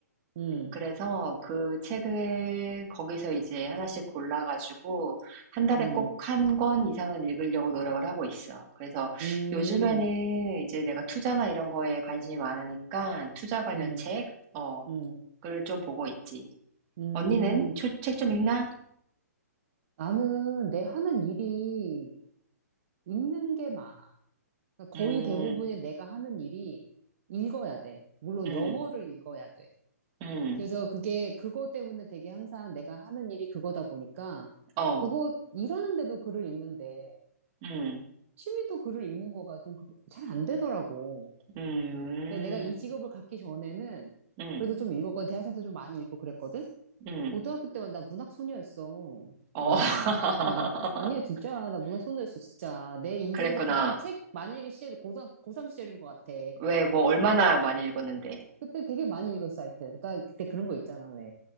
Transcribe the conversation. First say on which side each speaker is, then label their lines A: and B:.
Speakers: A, on the right; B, on the right.
A: 응,
B: 그래서 그 책을 거기서 이제 하나씩 골라가지고 한 달에
A: 응,
B: 꼭 한 권 이상은 읽으려고 노력을 하고 있어. 그래서
A: 응,
B: 요즘에는 이제 내가 투자나 이런 거에 관심이 많으니까 투자 관련
A: 응,
B: 책, 어,
A: 응,
B: 을좀 보고 있지.
A: 응.
B: 언니는 책 좀 읽나?
A: 나는 내 하는 일이 읽는 게 많아. 그러니까 거의
B: 음.
A: 대부분의 내가 하는 일이 읽어야 돼. 물론
B: 음,
A: 영어를 읽어야 돼.
B: 음,
A: 그래서 그게 그것 때문에 되게 항상 내가 하는 일이 그거다 보니까
B: 어,
A: 그거 일하는데도 글을 읽는데
B: 음,
A: 취미도 글을 읽는 거가 좀 그, 잘안 되더라고.
B: 음,
A: 그러니까 내가 이 직업을 갖기 전에는
B: 음,
A: 그래도 좀 읽었거든. 대학생 때 좀 많이 읽고 그랬거든.
B: 음,
A: 고등학교 때만 나 문학 소녀였어.
B: 어.
A: 응,
B: <laughs>
A: 어. 아니야, 진짜. 나 문학 소녀였어, 진짜. 내 인생에서
B: 그랬구나.
A: 가장 책 많이 읽은 시절이 고삼 고3 시절인 것 같아.
B: 왜, 뭐, 얼마나 많이 읽었는데.
A: 그때 되게 많이 읽었어, 하여튼. 그러니까 그때 그런 거 있잖아, 왜.